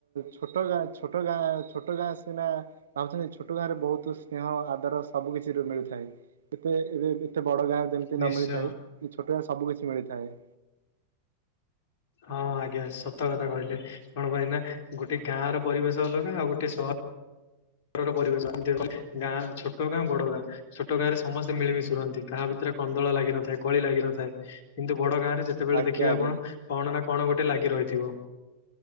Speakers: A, on the right; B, on the left.
A: ଛୋଟ ଛୋଟ ଗାଁ ଛୋଟ ଗାଁ ସିନା ଭାବୁଛନ୍ତି ଛୋଟ ଗାଁରେ ବୋହୁତ ସ୍ନେହ ଆଦର ସବୁ କିଛିର ମିଳିଥାଏ ଏତେ ଏବେ ଏବେ ଏତେ ବଡ ଗାଁ ଯେମିତି
B: ନିଶ୍ଚୟ
A: ନ ମିଳିଥାଏ ଛୋଟ ଗାଁ ସବୁ କିଛି ମିଳିଥାଏ।
B: ହଁ ଆଜ୍ଞା ସତ କଥା କହିଲେ କଣ ପାଇଁ ନା ଗୋଟେ ଗାଁ ର ପରିବେଶ ଅଲଗା ଆଉ ଗୋଟେ ସହର <unintelligible> ପରିବେଶ ଗାଁ ଛୋଟ ଗାଁ ବଡ ଗାଁ ଛୋଟ ଗାଁ ରେ ସମସ୍ତେ ମିଳିମିଶୁ ରୁହନ୍ତି କାହା ଭିତ କନ୍ଦଳ ଲାଗି ନଥାଏ କଳି ଲାଗିିନଥାଏ କିନ୍ତୁ ବଡ ଗାଁ ଯେତେବେଳେ
A: ଆଜ୍ଞା
B: ଦେଖିବେ
A: ଆଜ୍ଞା
B: ଆପଣ କଣ ନା କଣ ଗୋଟେ ଲାଗି ରହିଥିବ।